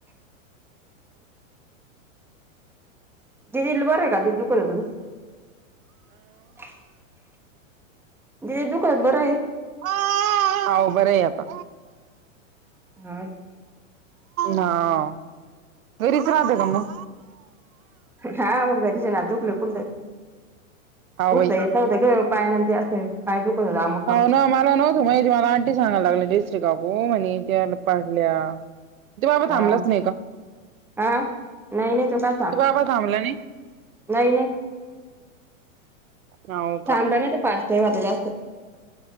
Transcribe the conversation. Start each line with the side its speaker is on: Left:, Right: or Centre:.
Centre: दिदीला बरंय का? ते दुखत होत ते. दिदि दुखायचं बरंए?
Right: हाव, बरंय आता.
Centre: <unintelligible>
Right: हा घरीच राहते का मग?
Centre: हा म घरीच ना दुकल कुठ तर
Right: हा बाई
Centre: उठता येत ग पायान ते अस. पाय दुखत होता म
Right: हाय ना मला नव्हतं माहिती मला आणंटी सांगाय लागलेली काकू म्हणी त्या पाडल्या. त्यो बाबा
Centre: हा
Right: थांबलाच नाही का,
Centre: हा नाही नाही तो काय
Right: बाबा थांबला नाही?
Centre: नाही नाही!
Right: हो का
Centre: थांबला नाही तो फास्ट ही होता जास्त.